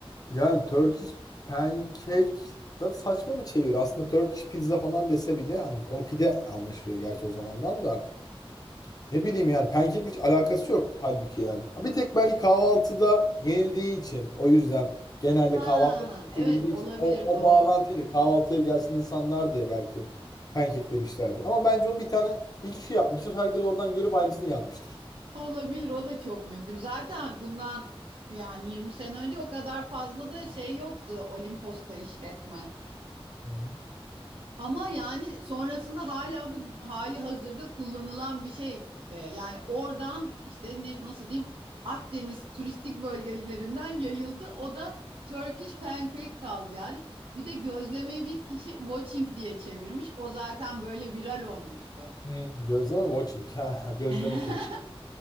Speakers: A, on the left (about 40°); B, on the right (about 65°).
A: Yani Turkish pancake da saçma bir çevir. Aslında Turkish pizza falan dese bile hani o pide anlaşılıyor gerçi o zamandan da. Ne bileyim yani pancake hiç alakası yok halbuki yani. Ha, Bir tek belki kahvaltıda yenildiği için o yüzden genelde
B: Ha,
A: kahvaltıda tüketebildiği
B: evet olabilir
A: için o, o
B: doğru.
A: bağlantıyla kahvaltıya gelsin insanlar diye belki pancake demişlerdir. Ama bence onu bir tane bir kişi yapmıştır. Herkes oradan görüp aynısını yazmıştır.
B: Olabilir o da çok mümkün. Zaten bundan yani 20 sene önce o kadar fazla da şey yoktu Olimpos'ta işletme.
A: Hmm.
B: Ama yani sonrasında hala bu hali hazırda kullanılan bir şey. Ee, yani oradan işte ne, nasıl diyeyim Akdeniz turistik bölgelerinden yayıldı. O da Turkish pancake kaldı yani. Bir de gözlemeyi bir kişi watching diye çevirmiş. O zaten böyle viral olmuştu.
A: Hmm, Gözleme watching. Ha, gözleme
B: <laughs>
A: kulesi.